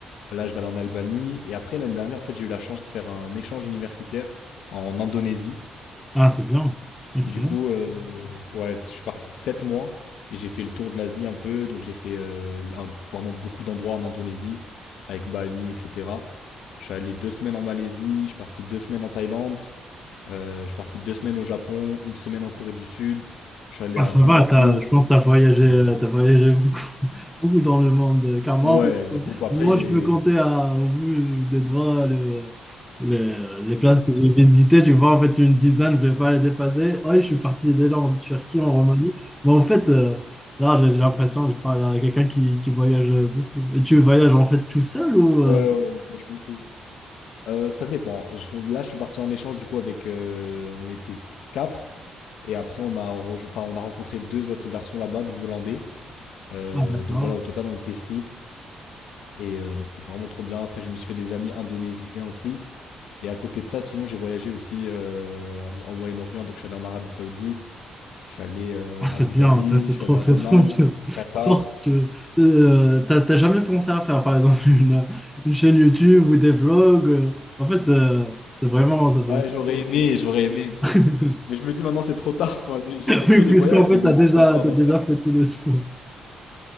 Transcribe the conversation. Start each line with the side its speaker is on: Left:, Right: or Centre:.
Left: Là, je vais aller en Albanie. Et après, l'année dernière, en fait, j'ai eu la chance de faire un échange universitaire en Indonésie.
Centre: Ah, c'est bien. Ok.
Left: Du coup, euh, ouais, je suis parti sept mois et j'ai fait le tour de l'Asie un peu. Donc, j'ai fait euh, un- vraiment beaucoup d'endroits en Indonésie, avec Bali, etc. Je suis allé deux semaines en Malaisie, je suis parti deux semaines en Thaïlande, euh, je suis parti deux semaines au Japon, une semaine en Corée du Sud, je suis allé
Centre: Ah,
Left: à
Centre: ça
Left: Singapour.
Centre: va, t'as- je pense que tu as voyagé,
Left: Euh,
Centre: t'as voyagé beaucoup, <laughs> beaucoup dans le monde. Car moi,
Left: ouais,
Centre: en fait,
Left: j'ai beaucoup. Après,
Centre: moi,
Left: j'ai.
Centre: je peux compter à, au bout des doigts le- le- les places que j'ai visitées. Tu vois, en fait, une dizaine, je ne vais pas les dépasser. Oui, je suis parti déjà en Turquie, en Roumanie. Mais en fait, euh, là, j'ai j'ai l'impression, que je parle à quelqu'un qui, qui voyage beaucoup. Et tu voyages, en fait, tout seul ou...
Left: Ouais,
Centre: euh,
Left: ouais, ouais, je voyage beaucoup. Euh, ça dépend. Je- là, je suis parti en échange du coup avec. euh, on était quatre. Et après, on a, rejo- enfin, on a rencontré deux autres garçons là-bas, des Hollandais. Euh,
Centre: Ah, d'accord.
Left: donc voilà, au total, on était six. Et euh, c'était vraiment trop bien. Après, je me suis fait des amis indonésiens aussi. Et à côté de ça, sinon, j'ai voyagé aussi euh, en Moyen-Orient. Donc, je suis allé en Arabie Saoudite. Je suis allé euh,
Centre: Ah, c'est
Left: à Abu
Centre: bien,
Left: Dhabi.
Centre: ça c'est
Left: Je suis
Centre: trop,
Left: allé à
Centre: c'est
Left: Oman,
Centre: trop <laughs> bien.
Left: Qatar.
Centre: Je pense que euh, t'as t'as jamais pensé à faire par exemple une, une chaîne YouTube ou des vlogs. euh, en fait, c'est c'est vraiment, c'est vraiment.
Left: Ouais, j'aurais aimé, j'aurais aimé.
Centre: <laughs>
Left: Mais je me dis maintenant, c'est trop tard. Enfin, j'ai j'ai fait
Centre: Oui,
Left: les
Centre: puisqu'en
Left: voyages,
Centre: fait,
Left: mais bon,
Centre: t'as déjà,
Left: pourquoi pas
Centre: t'as
Left: refaire?
Centre: déjà fait tout le tour.